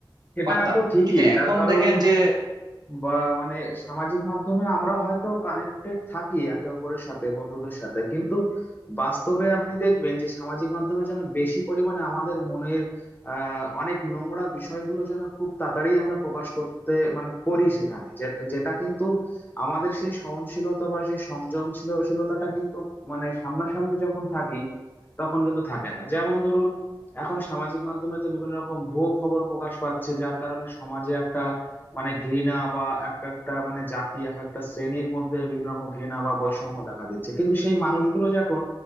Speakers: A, on the left (about 20°); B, on the right (about 50°).
A: এটা
B: পারতাম
A: তো ঠিকই
B: কিন্তু এখন
A: তার কারণ
B: দেখেন যে
A: বা মানে সামাজিক মাধ্যমে আমরা হয়তো কানেক্টেড থাকি একে অপরের সাথে বন্ধুদের সাথে কিন্তু বাস্তবে আপনি দেখবেন যে সামাজিক মাধ্যমে যেন বেশি পরিমাণে আমাদের মনের আহ অনেক নোংরা বিষয়গুলো যেন খুব তাড়াতাড়ি আমরা প্রকাশ করতে মানে করি সেখানে যেটা যেটা কিন্তু আমাদের সেই সহনশীলতা বা সেই সংযমশীলশীলতাটা কিন্তু মানে সামনাসামনি যখন থাকি তখন কিন্তু থাকে না যেমন ধরুন এখন সামাজিক মাধ্যমে তো বিভিন্ন রকম ভুয়ো খবর প্রকাশ পাচ্ছে যার কারণে সমাজে একটা মানে ঘৃণা বা এক একটা মানে জাতি এক একটা শ্রেণীর মধ্যে বিভিন্ন রকম ঘৃণা বা বৈষম্য দেখা দিচ্ছে কিন্তু সেই মানুষগুলো যখন